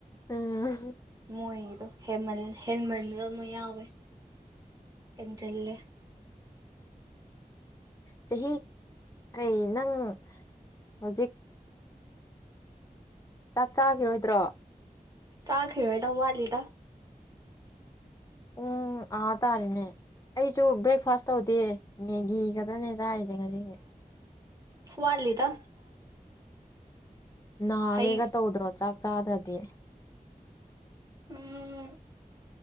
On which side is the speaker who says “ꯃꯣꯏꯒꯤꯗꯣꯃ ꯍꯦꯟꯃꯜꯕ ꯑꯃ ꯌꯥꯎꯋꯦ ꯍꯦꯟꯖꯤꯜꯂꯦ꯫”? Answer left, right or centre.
Right